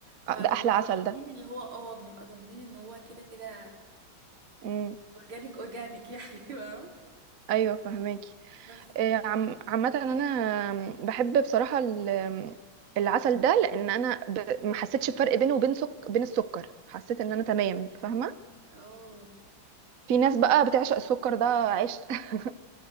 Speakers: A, on the right; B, on the right.
A: فبنبقى
B: آه، ده احلى عسل
A: ضامنين
B: ده
A: اللي هو اه بنبقى ضامنين ان هو كده كده
B: امم
A: اورجانيك اورجانيك يعني <laughs> فاهمة؟
B: ايوه فهماكي
A: بس
B: آه، عم عامه انا بحب بصراحه ال- العسل ده لان انا ب- ما حسيتش بفرق بينه وبين سك... بين السكر حسيت ان انا تمام فاهمه
A: اه
B: في ناس بقى بتعشق السكر ده عيش <laughs>